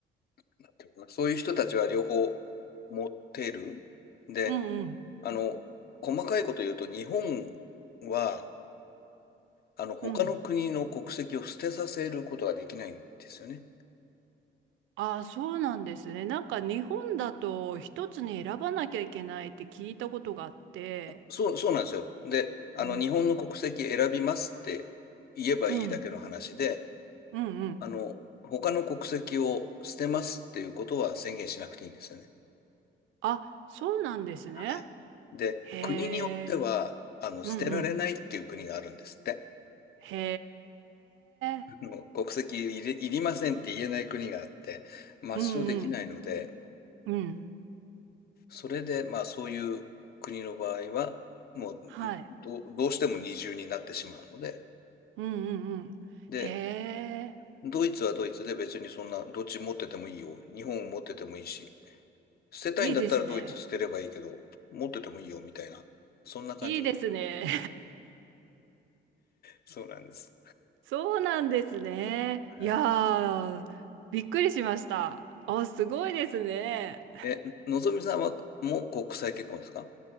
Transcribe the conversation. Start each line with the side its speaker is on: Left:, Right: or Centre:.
Left: なんていうのかなそういう人たちは両方持ってる。で、
Right: うんうん、
Left: あの、細かいこと言うと、日本は、あの、他の国の国籍を捨てさせることができないんですよね。
Right: うん。ああ、そうなんですね。なんか日本だと一つに選ばなきゃいけないって聞いたことがあって。
Left: そう、そうなんですよ。で、あの、
Right: うん。
Left: 日本の国籍選びますって言えばいいだけの話で、
Right: うん。うんうん。
Left: あの、他の国籍を捨てますっていうことは宣言しなくていいんですよね。
Right: あ、そうなんですね。
Left: はい。で、
Right: へえ。
Left: 国によっては、あの、
Right: うんうん。
Left: 捨てられないっていう国があるんですって。
Right: へえ。
Left: あの国籍いり、いりませんって言えない国があって、抹消できないので、
Right: うんうん。うん。
Left: それで、まあ、そういう国の場合は、もう、
Right: はい。
Left: どう、どうしても二重になってしまうので、
Right: うんうんうん。
Left: で、
Right: へえ。
Left: ドイツはドイツで別にそんな、どっち持っててもいいよ。日本を持っててもいいし、捨てたいんだったらドイツ捨てればいいけど、
Right: いいですね。
Left: 持っててもいいよみたいな、そんな感じみたい。
Right: いいですね。
Left: なそうなんです。
Right: <laughs> そうなんですね。
Left: はい。
Right: いやー、びっくりしました。あ、すごいですね。
Left: え、のぞみさんはもう国際結婚ですか